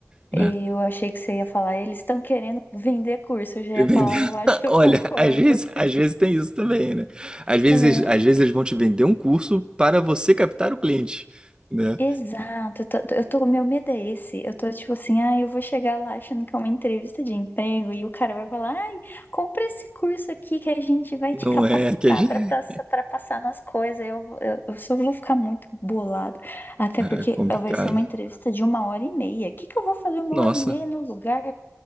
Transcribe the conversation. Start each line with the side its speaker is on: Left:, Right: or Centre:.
Left: eu
Right: né?
Left: achei que você ia falar, eles estão querendo vender curso, eu já ia
Right: Entendeu?
Left: falar,
Right: <laughs>
Left: eu acho que
Right: Olha,
Left: eu concordo.
Right: às vezes, às vezes tem isso também, né? Às vezes,
Left: É.
Right: às vezes eles vão te vender um curso para você captar o cliente, né?
Left: Exato, eu tô, eu tô- meu medo é esse. Eu tô tipo assim, ah, eu vou chegar lá achando que é uma entrevista de emprego e o cara vai falar, ai, compra esse curso aqui que a gente vai
Right: Não
Left: te capacitar
Right: é que a gente...
Left: pra passa- pra passar nas coisas. Eu, vou- eu, eu só vou ficar muito bolado. Até porque
Right: é complicado.
Left: vai ser uma entrevista de uma hora e meia. O que que eu vou fazer uma
Right: Nossa.
Left: hora e meia no lugar?